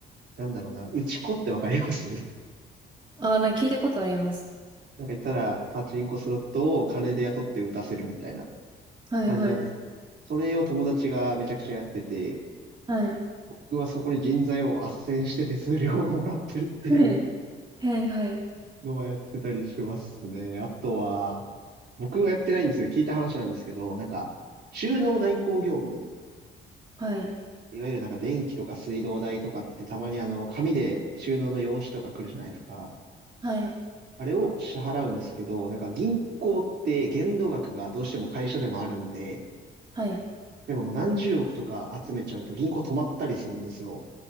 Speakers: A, on the right (about 60°); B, on the right (about 25°).
A: なんだろうな、打ち子ってわかります <laughs> な
B: ああ、なんか聞いたことあります。
A: んか言ったらパチンコスロットを金で雇って打たせるみたいな
B: はいはい。
A: 感じなんですけど、それを友達がめちゃくちゃやってて、
B: はい。
A: 僕はそこに人材を斡旋して手数料をもらってるっていう
B: はい。はいはい。
A: のはやってたりしますね。あとは、僕はやってないんですよ。聞いた話なんですけど、なんか、収納代行業務、
B: はい。
A: いわゆるなんか電気とか水道代とかってたまにあの、紙で収納の用紙とか来るじゃないですか。
B: はい。
A: あれを支払うんですけど、なんか銀行って限度額がどうしても会社でもあるんで、
B: はい。
A: 例えばもう何十億とか集めちゃうと銀行止まったりするんですよ。